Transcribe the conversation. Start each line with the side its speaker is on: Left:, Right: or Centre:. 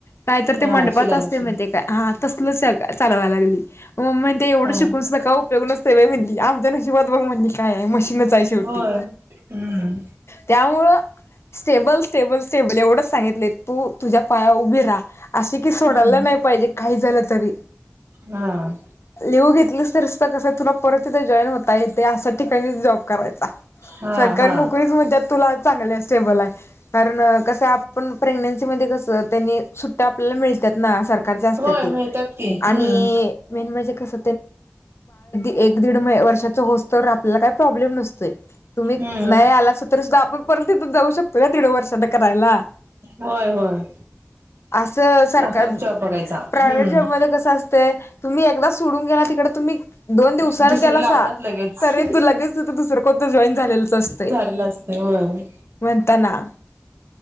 Left: कायत
Right: हा
Left: ते मंडपाच
Right: शिलाई
Left: असते
Right: मशीन
Left: म ते काय हा तसलच चालवाय लागली मम् ते एवढं
Right: हा
Left: शिकूनच नका उपयोग नस म्हली आमच्या अजिबात बघ म्हणजे काय आहे मशीनच आहे शेवटी
Right: होय हम्म
Left: त्यामुळं स्टेबल स्टेबल. ेबल एवढंच सांगितले तू तुझ्या पाया उभी राहा अशी की सोडायला
Right: हम्म
Left: नाही पाहिजे. काही झालं तरी
Right: हम
Left: लिहू घेतलीस तरीत कसं आहे तुला परत इथे जॉईन होता येते असशा ठिकाणी जॉब करायचा
Right: हा
Left: सरकारी
Right: हा
Left: नोकरीच म्हणजत तुला चांगले स्टेबल आहे कारण कस आपण प्रेग्न्सी मध्ये कसं त्यांनी सुट्टा आपल्याला मिळ सकार असत
Right: होय मिळतात की
Left: आणि
Right: हम्म
Left: मे म्हणजे कस एक दीड वर्षाचा होस् तर आपल्याला काही प्रॉब्लेम नसतोय तुम्ही
Right: हम्म
Left: न आला तरी सुद्धा आपण परर्ंत इथून जाऊ शकतो या दीड वर्षां करायला
Right: होय होय
Left: असं सरकार
Right: तसाच जॉब बघायचा
Left: प्रायवट
Right: हम्म
Left: जॉबमध्ये कस अस ते तुम्ही एकदा सोडून गेला तिकड तुम्ही दोन दिवसनी
Right: दुसरी
Left: गेला
Right: लावतात लगेच
Left: तरी दुल दुसरं को जॉईन झालेलंच असतंय
Right: झालेलं असते होय.
Left: म्हणताना